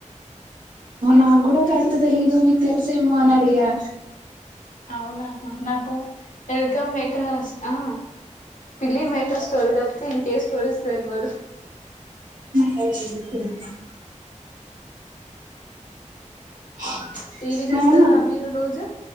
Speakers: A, on the right; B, on the left.
A: నాకు కూడా కరెక్ట్ తెలిదు మీకు తెలుసేమో అని అడిగా
B: అవునా మంత నాకు వెల్కమ్ మేక్స్ ఆ పిల్లి మేకప్ స్టోరీ అప్త ఇంకే స్టోరీస్ర్బదు
A: అ అ
B: టీవీ చూస్తారా
A: అవన
B: మీరు రోజు